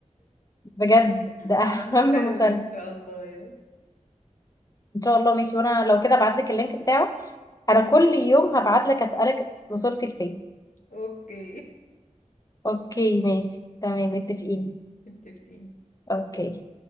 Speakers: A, on the left; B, on the left.
A: بجد ده
B: اه
A: اهم
B: هحاول
A: <laughs> مسلسل
B: ان شاء الله يعني
A: ان شاء الله ماشي وانا لو كده ابعتلك اللينك بتاعه انا كل يوم هبعتلك اسألك وصلت لفين
B: اوكي
A: اوكي ماشي تمام متفقين
B: <laughs> متفقين
A: اوكي